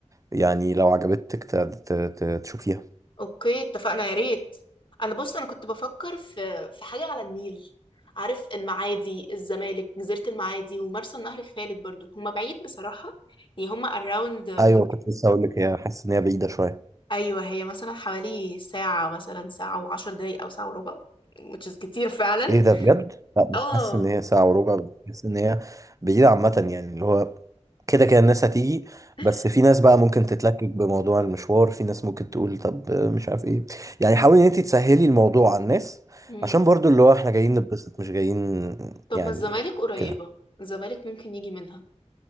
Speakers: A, on the right (about 30°); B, on the left (about 45°).
A: يعني لو عجبتك ت- ت- ت- تشوفيها
B: اوكي اتفقنا يا ريت انا بص انا كنت بفكر في في حاجه على النيل عارف المعادي الزمالك جزيره المعادي ومرسى النهر الخالد برضو هما بعيد بصراحه يعني هما اراوند
A: ايوه كنت لسه هقول لك هي حاسس ان هي بعيده شويه
B: ايوه هي مثلا حوالي ساعه مثلا ساعه وعشر دقايق او ساعه وربع which is كتير فعلا
A: ايه ده بجد لا مش
B: اه
A: حاسس ان هي ساعه وربع بس حاسس ان هي بعيده عامه يعني اللي هو كده كده الناس هتيجي
B: <laughs>
A: بس في ناس بقى ممكن تتلكك بموضوع المشوار في ناس ممكن تقول طب مش عارف ايه يعني حاولي ان انت تسهلي الموضوع على الناس
B: مم.
A: عشان برضو اللي هو احنا جايين نتبسط مش جايين
B: طب
A: يعني
B: ما الزمالك قريبه
A: كده
B: الزمالك ممكن يجي منها